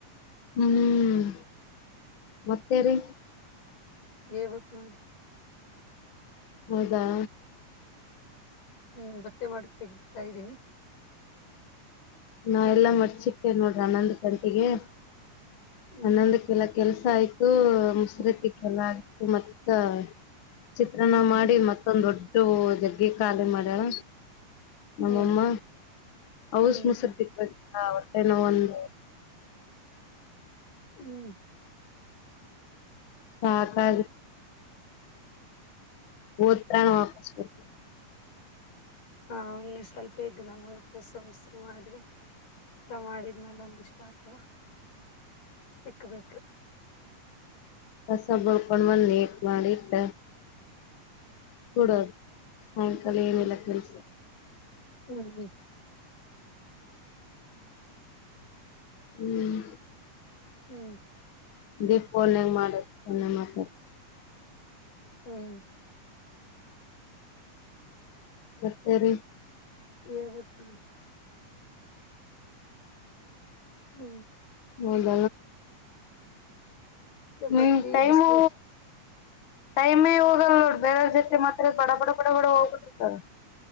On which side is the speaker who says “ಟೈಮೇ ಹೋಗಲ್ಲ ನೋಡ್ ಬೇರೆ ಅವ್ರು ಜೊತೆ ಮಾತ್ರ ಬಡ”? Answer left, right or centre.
Left